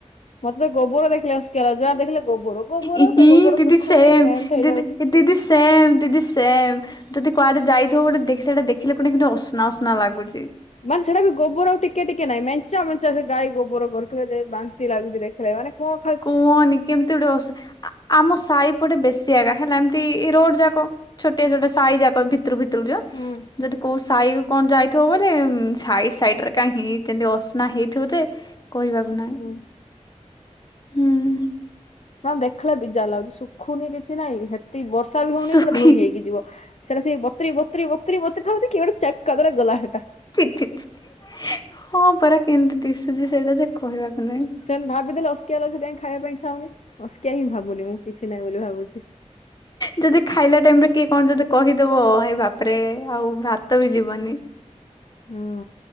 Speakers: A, on the left; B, on the left.
A: ମୋତେ ତ ଗୋବର ଦେଖିଲେ ଅସ୍କା ଲାଗୁଚି। ଯାହା ଦେଖିଲେ ଗୋବର, ଗୋବର
B: ଇ
A: ସେ ଗୋବର
B: ଦିଦି
A: ଶୁଖୁନି
B: ସେମ୍
A: ମେଲ୍ଟ ହେଇଯାଉଚି।
B: ଦିଦି ଦିଦି ସେମ୍ ଦିଦି ସେମ୍। ଯଦି କୁଆଡେ ଯାଇଥିବ ଗୋଟେ ସେଟା ଦେଖିଲେ ପୁଣି ଗୋଟେ ଅସନା ଅସନା ଲାଗୁଛି।
A: ମାନେ ସେଟା ବି ଗୋବର ଟିକେ ଟିକେ ନାହିଁ, ମେଞ୍ଚା ମେଞ୍ଚା ସେ ଗାଈ ଗୋବର କରିଥିବେ ଯେ, ବାନ୍ତି ଲାଗୁଛି ରେ ଏମାନେ କଣ
B: କୁହନି କେମିତି ଗୋଟେ ଅସ, ଆମ ସାହିପଟେ ବେଶୀ ଜାଗା ହେଲା ଏମିତି ରୋଡ ଯାକ ଛୋଟିଆ ଛୋଟିଆ ସାଇ ଯାକ ଭିତରୁ ଭିତରୁ ଯିବ
A: ହୁଁ
B: ଯଦି କୋଉ ସାହି କଣ ଯାଇ ଥିବ ମାନେ ସାଇଡ ସାଇଡ ରେ କାହିଁ, ହେମତି ଅସ୍ନା ହେଇଥିବ ଯେ କହିବାକୁ ନାଇଁ,
A: ହୁଁ।
B: ହୁଁ ଉଁ
A: ନା ଦେଖିଲେ ବିଜା ଲାଗୁଛି, ଶୁଖୁନି କିଛି ନାଇଁ ହେତିି ବର୍ଷା ବି ହଉନି
B: ଶୁଖି
A: ସେଟା ଧୋଇ ହେଇକି ଯିବ। ସେଟା ସେ ବତ୍ରୀ ବତୁର ବତୁରୀ ବତୁର ଥାଉଛି କି ଗୋଟେ ଚକ୍ କଦରେ ଗଲା ସେଟା।
B: ଛି ଛି ଛି ହଁ ପରା କେମତି ଦିଶୁଛି ସେଇଟା ଯେ କହିବାକୁ ନାହିଁ।
A: ସେ ଭାବି ଦେଲେ ଅସକିଆ ଲାଗୁଚି, ସେ ପାଇଁ ଖାଇବା ପାଇଁ ଇଛା ହଉନି ଅସିକିଆ ହିଁ ଭାବୁନି, ମୁଁ କିଛି ନାହିଁ ବୋଲି ଭାବୁଛି।
B: ଯଦି ଖାଇଲା ଟାଇମ ରେ କିଏ କଣ ଯଦି କହିଦବ, ଏଇ ବାପରେ ଆଉ ଭାତ ବି ଯିବନି
A: ହୁଁ